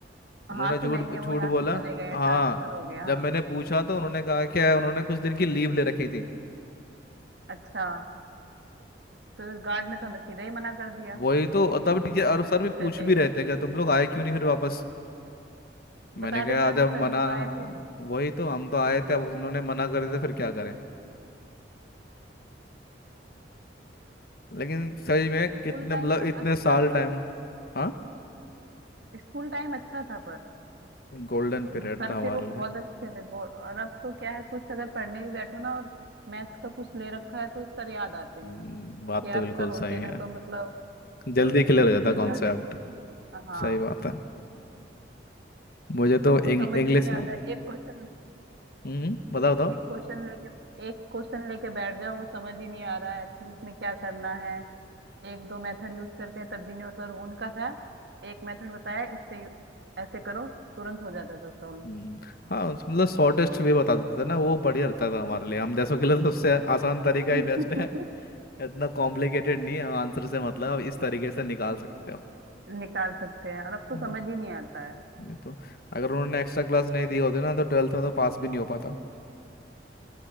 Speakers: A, on the left; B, on the right.
A: उन्होंने
B: हाँ
A: झूठ
B: कि नहीं है
A: झूठ
B: वो यहाँ
A: बोला
B: से चले गए
A: हाँ
B: ट्रांसफर हो गया
A: जब
B: हाँ
A: मैंने पूछा तो उन्होंने कहा कि उन्होंने कुछ दिन की लीव ले रखी थी
B: अच्छा तो इस गार्ड ने तो हमें सीधा ही मना कर दिया
A: वही तो तब टीचर और सर भी
B: कि
A: पूछ
B: चले
A: भी
B: गए
A: रहे थे कि तुम लोग आए क्यों नहीं फिर वापस
B: बता
A: मैंने कहा
B: देता
A: जब
B: कि सर
A: मना
B: हम तो आए
A: हाँ,
B: थे
A: वही तो हम तो आए थे अब उन्होंने मना कर दिया फिर क्या करें लेकिन सही में
B: स्कूल
A: कितने
B: टाइम
A: मतलब
B: पर
A: इतने
B: अच्छा
A: साल
B: था
A: टाइम हाँ
B: स्कूल टाइम अच्छा था पर
A: गोल्डन
B: जो
A: पीरियड
B: सर
A: था हमारे
B: थे वो बहुत
A: लिए
B: अच्छे थे गो- और अब तो क्या है कुछ अगर पढ़ने भी बैठो ना और मैथ्स का कुछ ले रखा है तो सर याद आते हैं
A: हम्म,
B: कि
A: बात
B: यार
A: तो बिल्कुल
B: सर होते
A: सही
B: ना
A: है
B: तो मतलब
A: जल्दी
B: अ, अच्छे
A: क्लियर
B: से
A: हो जाता
B: समझा
A: कॉन्सेप्ट
B: देते हाँ
A: सही बात है मुझे
B: और
A: तो
B: अब तो
A: इंग्लिश
B: समझ ही नहीं आता एक क्वेश्चन
A: हम्म बताओ बताओ
B: एक क्वेश्चन लेके एक क्वेश्चन लेके बैठ जाओ वो समझ ही नहीं आ रहा है कि इसमें क्या करना है एक दो मेथड यूज करते हैं तब भी नहीं होता और वो उनका था एक मेथड बताया इससे ऐसे करो तुरंत हो जाता था सॉल्व
A: हम्म, हाँ उस- मतलब शॉर्टेस्ट वे बता देते थे ना वो बढ़िया रहता था हमारे लिए हम जैसों के लिए तो सबसे आसान तरीका
B: <laughs>
A: ही बेस्ट है इतना कॉम्प्लिकेटेड नहीं है आंसर से मतलब इस तरीके से निकाल सकते
B: निकाल सकते हैं और अब तो
A: हो
B: समझ ही नहीं आता है
A: नहीं तो अगर उन्होंने एक्स्ट्रा क्लास नहीं दी होती ना तो ट्वेल्थ में तो पास भी नहीं हो पाता